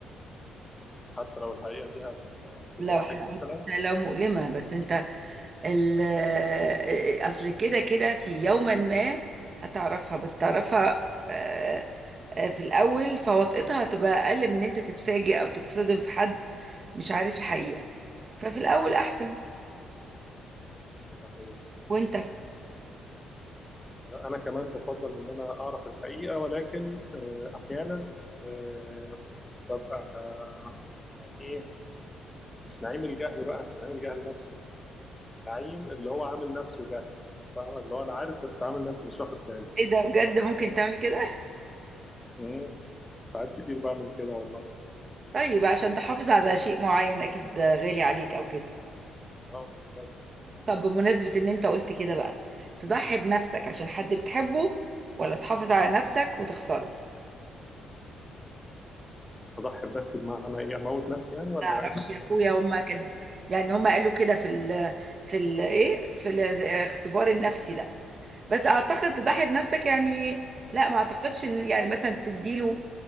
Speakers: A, on the left (about 15°); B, on the right (about 40°).
A: حتى لو الحقيقة دي
B: لو
A: هتجرحك
B: حتى
A: مثلا
B: لو مؤلمة بس انت ال- آه، اصل كده كده في يوما ما هتعرفها بس تعرفها آه، آه، في الأول فوطئتها هتبقى أقل من إن أنت تتفاجئ أو تتصدم في حد مش عارف الحقيقة ففي الأول أحسن
A: صحيح
B: وأنت
A: أنا كمان بفضل إن أنا أعرف الحقيقة ولكن آه، أحيانا آه، ببقى آه، يعني إيه مش نعيم الجهل بقى مش نعيم الجهل نفسه نعيم اللي هو عامل نفسه جهل فاهم اللي هو أنا عارف بس عامل نفسي مش واخد بالي
B: إيه ده بجد ممكن تعمل كده؟
A: مم. ساعات كتير بعمل كده والله
B: طيب عشان تحافظ على شيء معين أكيد غالي عليك أو كده
A: اه بالظبط
B: طب بمناسبة إن أنت قلت كده بقى تضحي بنفسك عشان حد بتحبه ولا تحافظ على نفسك وتخسره؟
A: أضحي بنفسي بمعنى إيه أموت نفسي يعني ولا
B: ما اعرفش يا اخويا هما كان يعني هما قالوا كده في ال في ال ايه في الاختبار النفسي ده بس اعتقد تضحي بنفسك يعني لا ما اعتقدش ان يعني مثلا تديله